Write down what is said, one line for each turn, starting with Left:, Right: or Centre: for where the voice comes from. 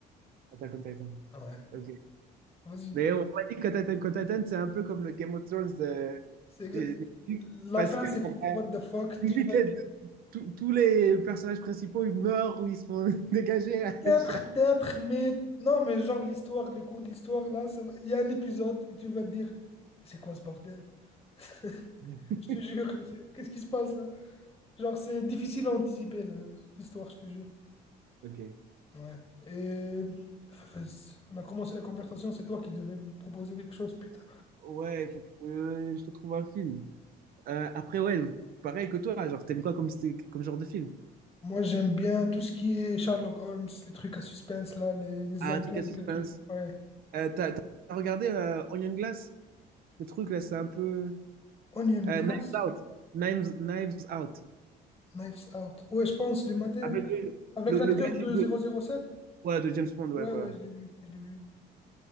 Right: Attack on Titan.
Left: Ah ouais,
Right: Ok.
Left: vas-y.
Right: Mais on m'a dit que Attack on Titan, c'est un peu comme le Game of Thrones euh,
Left: C'est exact.
Right: des- des trucs,
Left: La
Right: parce
Left: fin,
Right: que
Left: c'est
Right: euh,
Left: f- what the fuck.
Right: limite,
Left: Tu vas
Right: les- tous tous les personnages principaux, ils meurent ou ils se font <laughs> dégager.
Left: peut-être,
Right: à chaque-
Left: peut-être, mais non, mais genre l'histoire, le cours de l'histoire, là, ça va- il y a un épisode où tu vas te dire, c'est quoi ce bordel? <laughs>
Right: <laughs>
Left: Je te jure, c'est- qu'est-ce qui se passe là? Genre, c'est difficile à anticiper, le- l'histoire, je te jure.
Right: Ok.
Left: Ouais. Et f- f- on a commencé la conversation, c'est toi qui devais me proposer quelque chose, putain.
Right: Ouais, il faut que euh, je te trouve un film. Euh, après, ouais, pareil que toi, genre, t'aimes quoi comme, sty- comme genre de film?
Left: Moi, j'aime bien tout ce qui est Sherlock Holmes, les trucs à suspense, là, les, les
Right: Ah,
Left: enquêtes,
Right: un truc à suspense.
Left: les trucs. Ouais.
Right: Euh, t'as, t'as regardé euh, Onion Glass? Le truc, là, c'est un peu...
Left: Onion
Right: Euh,
Left: Glass,
Right: Knives Out. Knives, Knives Out.
Left: Knives Out. Ouais, je pense, les matins.
Right: Avec
Left: hein.
Right: le,
Left: Avec
Right: le,
Left: l'acteur
Right: le gars
Left: de
Right: qui joue...
Left: 007?
Right: Ouais, de James Bond, ouais,
Left: Ouais,
Right: voilà.
Left: ouais, je l'ai vu, je l'ai vu.